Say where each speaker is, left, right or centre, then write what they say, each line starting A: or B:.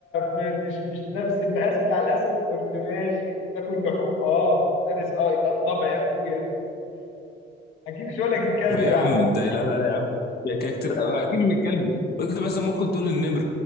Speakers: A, on the left (about 85°); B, on the left (about 55°).
A: في مش مش نفس المقاس بتاع الاسد قلت ماشي بتاكل لحوم اه مفترس اه يبقى الضبع يا اخويا اكيد مش هقول لك الكلب
B: في إيه يا
A: يعني
B: عم أنت لا لا لا يا عم يا كاركتر أو أكيد من الكلب قلت مثلا ممكن تقول النمر